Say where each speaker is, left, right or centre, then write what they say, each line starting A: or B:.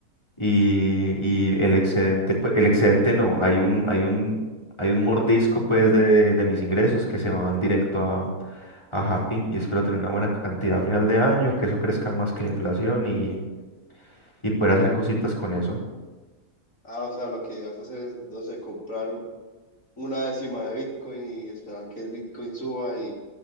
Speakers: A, on the left (about 20°); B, on the left (about 60°).
A: y, y el excedente, pues, el excedente no, hay un, hay un, hay un mordisco pues de, de mis ingresos que se van directo a, a Happy y espero tener una buena cantidad a final de año, que eso crezca más que la inflación y, y poder hacer cositas con eso.
B: Ah, o sea, lo que vas a hacer es, no sé, comprar una décima de Bitcoin y esperar que el Bitcoin suba y,